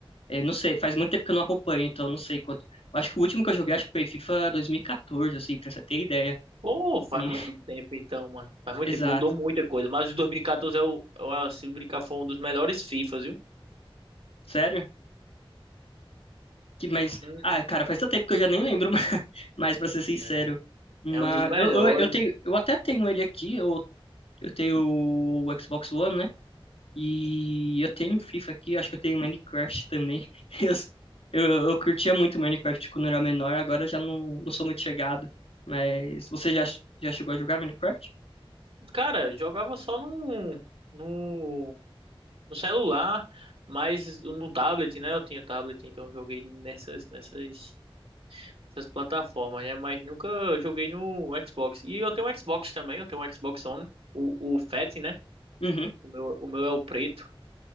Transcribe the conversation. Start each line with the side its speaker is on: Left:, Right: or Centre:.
Left: É, não sei, faz muito tempo que eu não acompanho, então não sei quanto. Acho que o último que eu joguei, acho que foi FIFA 2014, assim, pra você ter ideia.
Right: Pô, faz
Left: E-
Right: muito
Left: <laughs>
Right: tempo então, mano. Faz muito
Left: Exato.
Right: tempo, mudou muita coisa. Mas o 2014 é o, é o- se brincar, foi um dos melhores FIFAs, viu?
Left: Sério? Que, mas,
Right: Uhum.
Left: ah, cara, faz tanto tempo que eu já nem lembro <laughs> mais, mas pra ser sincero.
Right: É,
Left: Mas,
Right: é um dos melhores,
Left: eu, eu, eu tenho,
Right: mano.
Left: eu até tenho ele aqui, eu, eu tenho o Xbox One, né? E eu tenho FIFA aqui, acho que eu tenho Minecraft também. <laughs> Eu, eu, eu curtia muito Minecraft quando eu era menor, agora eu já não, não sou muito chegado. Mas, você já, já chegou a jogar Minecraft?
Right: Cara, eu jogava só no, no, no celular, mas no tablet, né? Eu tinha tablet, então eu joguei nessas, nessas. essas plataformas, né? Mas nunca joguei no Xbox. E eu tenho um Xbox também, eu tenho um Xbox One, o, o Fat, né?
Left: Uhum.
Right: O meu, o meu é o preto.